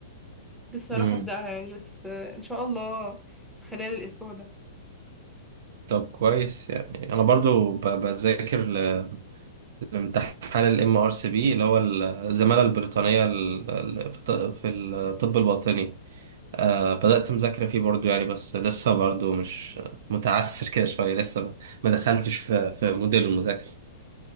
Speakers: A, in the centre; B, on the right.
A: لسه
B: امم
A: هروح ابدأها يعني بس آه، ان شاء الله خلال الاسبوع ده
B: طب كويس يعني أنا برضو ب- بذاكر ل- لامتحان ال MRCB اللي هو الزمالة البريطانية ال- ال- في الط- في الطب الباطني آه بدأت مذاكرة فيه برضو يعني بس لسه برضو مش متعسر كده شوية لسه ما دخلتش في, في موديل المذاكرة